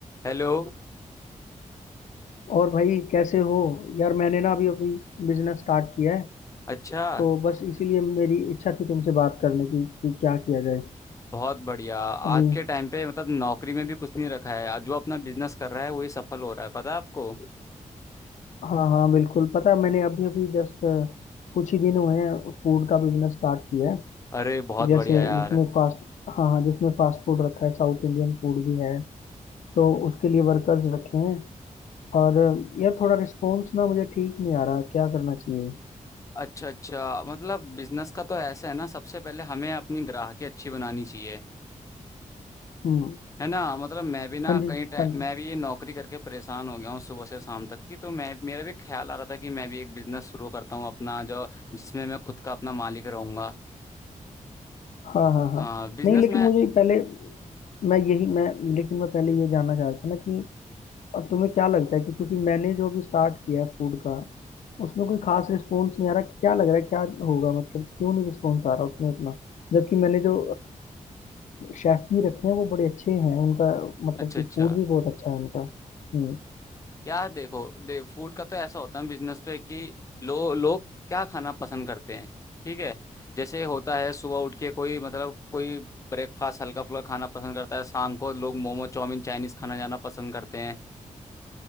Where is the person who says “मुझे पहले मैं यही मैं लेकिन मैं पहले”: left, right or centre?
Left